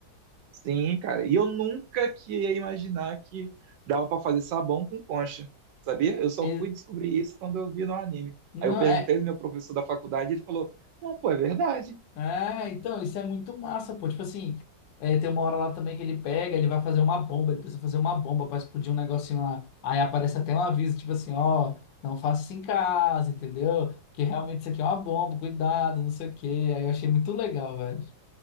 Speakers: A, on the right (about 75°); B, on the left (about 80°).
A: Sim, cara. E eu nunca que ia imaginar que dava pra fazer sabão com concha, sabia? Eu só
B: E-
A: fui descobrir isso quando eu vi no anime.
B: não,
A: Aí eu perguntei
B: é,
A: do meu professor da faculdade, ele falou: "Não, pô, é verdade".
B: É, então, isso é muito massa, pô. Tipo assim, é, tem uma hora lá também que ele pega, ele vai fazer uma bomba, ele precisa fazer uma bomba pra explodir um negocinho lá. Aí aparece até um aviso, tipo assim, ó, não faça isso em casa, entendeu? Que realmente isso aqui é uma bomba, cuidado, não sei o quê. Aí eu achei muito legal, velho.